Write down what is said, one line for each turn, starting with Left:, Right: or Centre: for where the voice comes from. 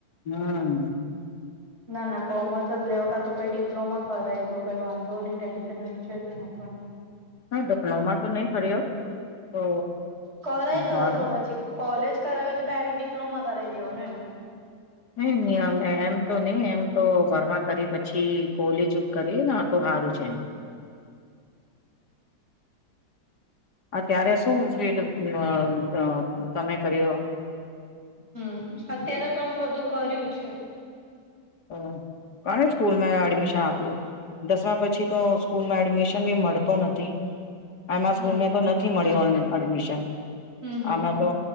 Left: હા.
Right: ના ના કોમર્સ જ લેવા કાતો ડિપ્લોમા કરાય તો કોઈ વાંધો નહી ટેન્શન વેન્શન નહી આપવાને.
Left: હા ડિપ્લોમા તો નહી કર્યો તો
Right: કરાય દો
Left: બાર.
Right: દસમા પછી કોલેજ કરાવ્યું તો ડાયરેક્ટ ડિપ્લોમા કરાવી દેવાનુ એમ.
Left: નહી એમ તો નહી એમ. તો ભરમાં કરી પછ. છી કોલીજ કરી ને આતો હારું છે. અત્યારે શું ફીડ અ તમે કર્યો.
Right: હમ અત્યારે તો મેમે બધું કર્યું છે.
Left: અ કાણે સ્કૂલ મા <unintelligible> <unintelligible> આપયો દસમા પછી તો સ્કૂલમાં એડમિશન બી મળતો નથી. આમાં
Right: હમ
Left: સ્કૂલ મે તો નથી મળ્યો આને. એડમિશન.
Right: હમ હમ
Left: આમે તો